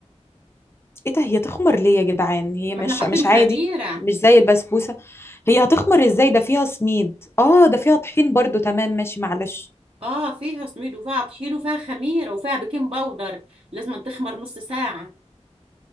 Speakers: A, on the left; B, on the right.
A: ايه ده هي تخمر ليه يا جدعان هي
B: ما
A: مش
B: احنا حاطين
A: مش
B: خميره
A: عادي مش زي البسبوسة هي هتخمر ازاي ده فيها سميد اه ده فيها طحين برضو تمام ماشي معلش
B: اه فيها سميد وفيها طحين وفيها خميره وفيها بيكنج باودر لازم تخمر نص ساعه